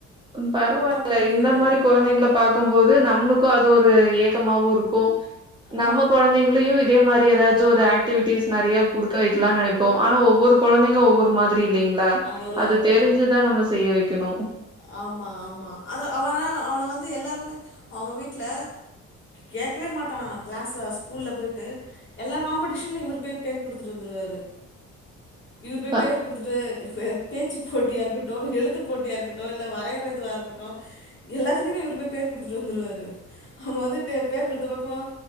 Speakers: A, on the right; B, on the left.
A: பரவாயில்ல
B: படிக்குது
A: இந்த மாதிரி குழந்தைகளை பார்கக்கும்போது நம்மளுக்கும் அது ஒரு <inaudible> த்தமும் இருக்கும் நம்ம
B: ஆ
A: குழந்தைங்களையும் இதே மாதிரி ஏதாவது ஒரு ஆக்டிவிட்டிஸ் நிறைய குடுக்க வைக்கலாம்னு நினைப்போ ஆனா ஒவ்வொரு குழந்தைங்க ஒவ்வொரு மாதிரி இல்லைங்களா
B: ஒரு
A: அது
B: ஒரு
A: தெரிஞ்சுதான் நம்ம செய்ய வைக்கணும்
B: ஆமாம் ஆமாம் அது அவன அவனை வந்து எல்லாருமே அவங்க வீட்ல கேட்கவே மாட்டான் க்ளாஷல ஸ்கூல்ல போயி்டட்டு எல்லா காம்படிஷன்லேும் இவர் பேர பேர் கொடுத்துட்டு வந்துருவாரு இவர்ரு போய்
A: ப
B: பேர் கொடுத்துட்டு பேச்சு போட்டியா இருக்கட்டும் எழுத்து போட்டிய இருக்கட்டும் டோரில் வரைையிற இதுவாக இருக்கட்டும் எல்லாத்துலையுமே இரு போர் பேர் கொடுத்துட்டு வந்துருவாரு அவங்க வந்து பேர் கொடுத்த பக்கம்